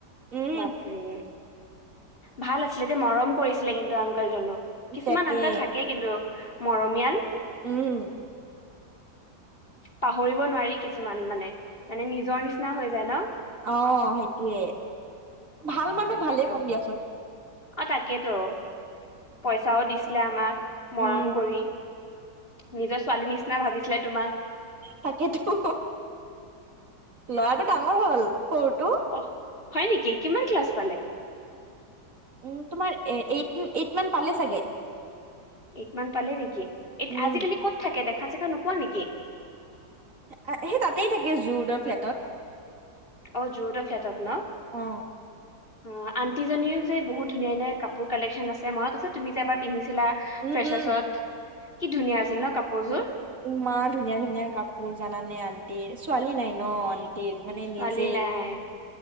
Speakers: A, on the right; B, on the left.
A: উম
B: বাপৰে ভাল আছিলে দে মৰম কৰিছিলে কিন্তু আংকলজনো কিছুমান
A: তাকে
B: আ কে কিন্তু মৰমীয়াল
A: উম
B: পাহৰিব নোৱাৰি কিছুমান মানে মানে নিজৰ নিচিনা হৈ যায় ন
A: অ' সেইটোয়ে ভাল মানুহ
B: তাকেতো
A: ভালেই ক'ম দিয়াচোন।
B: অ' তাকেতো, পইচাও দিছিলে আমাক মৰম
A: উম
B: কৰি। নিজৰ ছোৱালী নিচিনা ভাবিছিলে তোমাক।
A: তাকেতো, লৰাটো ডাঙৰ হ'ল সৰুটো।
B: অহ হয় নেকি কিমান ক্লাছ পালে।
A: উম, তোমাৰ এ এইট এইট মান পালে চাগে।
B: এইট মান পালে নেকি এইত
A: উম
B: আজিকালি ক'ত থাকে দেখা চেখা নোপোৱা নেকি।
A: আ সেই তাতেই থাকে জু ৰদৰ ফ্লেটত।
B: অ যুৰদৰ ফ্লেটত ন
A: অ
B: অ আন্টিজনীও যে বহুত ধুনীয়া ধুনীয়া কাপোৰ কালেকশ্যন আছে মনত আছে তুমি যে এবাৰ পিন্ধিছিলা
A: উম
B: ফ্ৰেচাছত
A: উম
B: কি ধুনীয়া আছিল ন কাপোৰযোৰ
A: ইমান ধুনীয়া ধুনীয়া কাপোৰ জানা নে আণ্টিৰ ছোৱালী নাই ন আন ন্তিৰ মানে
B: ছোৱালী
A: নিজেই
B: নাই